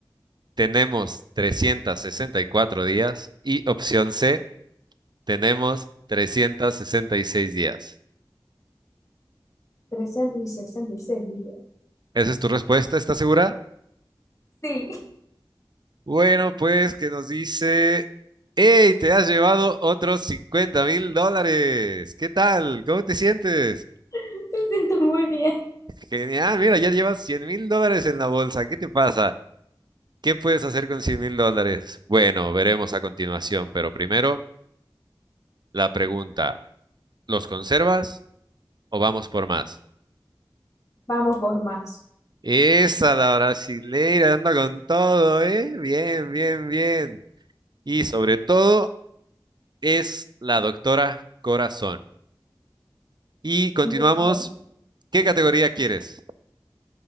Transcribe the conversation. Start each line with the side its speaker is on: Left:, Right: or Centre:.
Right: tenemos 364 días y opción C, tenemos 366 días.
Left: trescientos y sesenta y seis días.
Right: ¿Esa es tu respuesta? ¿Estás segura?
Left: Sí,
Right: Bueno, pues que nos dice, ¡Hey! Te has llevado otros cincuenta mil dólares. ¿Qué tal? ¿Cómo te sientes?
Left: <laughs> me siento muy bien.
Right: Genial, mira, ya llevas cien mil dólares en la bolsa. ¿Qué te pasa? ¿Qué puedes hacer con cien mil dólares? Bueno, veremos a continuación, pero primero la pregunta, ¿los conservas o vamos por más?
Left: Vamos por más.
Right: Esa, la brasileira, anda con todo, ¿eh? Bien, bien, bien. Y sobre todo es la doctora Corazón. Y continuamos,
Left: Muy bien.
Right: ¿qué categoría quieres?